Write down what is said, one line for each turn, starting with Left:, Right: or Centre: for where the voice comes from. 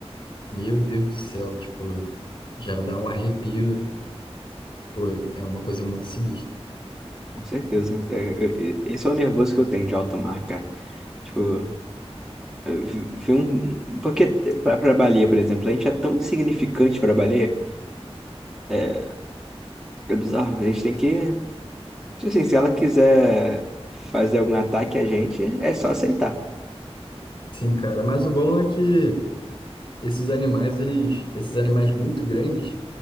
Left: Meu Deus do céu, tipo, já dá um arrepio. Pô, é uma coisa muito sinistra.
Centre: Com certeza. até- eu- eu- Esse é o nervoso que eu tenho de alto mar, cara. Tipo, eu vi vi um. Porque pra, pra baleia, por exemplo, a gente é tão insignificante pra baleia. É, é bizarro. A gente tem que. Tipo assim, se ela quiser fazer algum ataque a gente, é só aceitar.
Left: Sim, cara, mas o bom é que esses animais, eles, esses animais muito grandes,